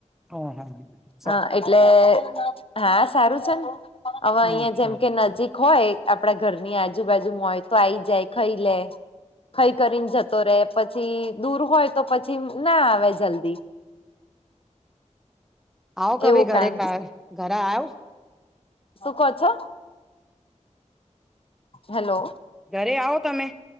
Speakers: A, in the centre; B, on the left.
A: હા હા હહ.
B: હ એટલે હા સારું છે ને હવે
A: હ
B: અહિયાં જેમ કે નજીક હોય આપડા ઘરની આજુબાજુમાં હોય તો આઈ જાય ખાઈ લે. ખઈ કરીને જતો રે પછી દૂર હોય તો પછી ના આવે જલ્દી.
A: આવો કભિ
B: એવું
A: ઘરે
B: કામ
A: કા
B: છે
A: ઘરે આવો.
B: શું કો છો? હલો
A: ઘરે આવો તમે.